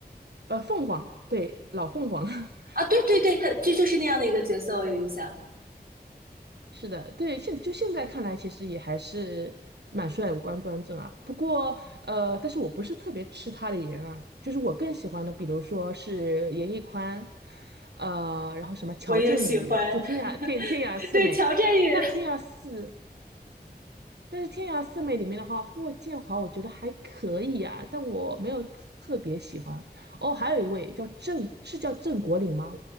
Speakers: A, on the right; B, on the right.
A: 呃，凤凰，对，老凤凰，<laughs>
B: 啊，对对对，他这就是那样的一个角色，我有印象。
A: 是的，对，现就现在看来，其实也还是蛮帅，五官端正啊。不过，呃，但是我不是特别吃他的颜啊，就是我更喜欢的，比如说是严屹宽，呃，然后什么乔振宇，
B: 我也喜欢。
A: 就天涯天天涯四美，
B: <laughs> 对，乔振宇、
A: 但天涯四
B: <laughs>
A: 但是天涯四美里面的话，霍建华我觉得还可以啊，但我没有特别喜欢。哦，还有一位叫郑，是叫郑国岭吗？